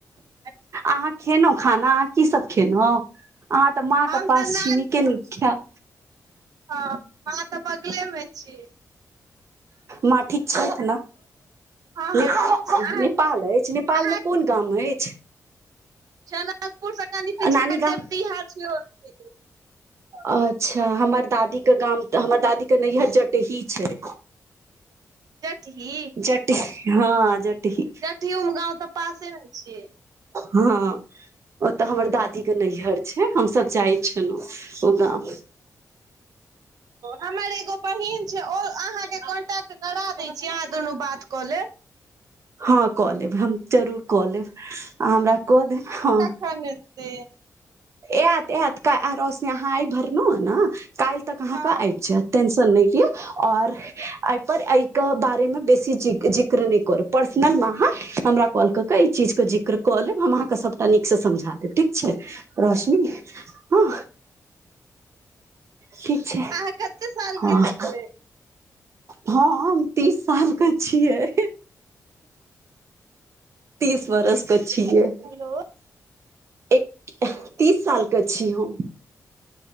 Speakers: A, on the right; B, on the right.
A: अच्छा
B: अहाँ खेनो खाना अहाँ की सभ खेनो अहाँ तऽ माँ
A: हम
B: कऽ पास
A: तऽ नान
B: छी नीके नीक खायब
A: हँ माँ तऽ बगले मे छैय
B: माँ ठीक छैत नऽ
A: हँ
B: नेपाल
A: हँ ठीक छै अहाँ
B: नेपाल ऐछ नेपाल
A: अहाँ
B: मे कोन गाम ऐछ
A: जनकपुर स कनी पीछा
B: नानी गाम
A: देवटीहा छै ओतय
B: अच्छा हमर दादीेक गाम हमर दादी के नैहर जटेही छै
A: जटही
B: जटही हाँ जटही
A: जटही गाँव तऽ पासे म छियै
B: हाँ ओतऽ हमर दादी के नैहर छै हमसब जाइ छलो ओ गाम <inaudible>
A: हमर एगो बहिन छै ओ अहाँके कॉन्टट करा दै छी अहाँ दुनू बात कऽ ले
B: हँ कऽ लेब हम जरूर कऽ लेब अ हमरा कऽ देब हाँ
A: खानते <inaudible>
B: आत आत रोसनी अहाँ आइ भरनो अन काल्ह तक अहाँके
A: हँ
B: आइब जायत टेन्शन नय लिअ ओर ऐ पर ऐय के बारे मे बेसी जिक्र नय कर पर्सनल मे अहाँ हमरा कॉल कऽ कऽ ई चीज के जिक्र कऽ लेब हम अहाँके सभटा नीकसँ समझा दैब ठीक छै रोशनी हँ ठीक छै
A: अहाँ कते साल
B: हाँ
A: के छियै
B: हऽम तीस साल के छियै तीस बरस क छियै
A: हेलो
B: एक तीस साल क छी हम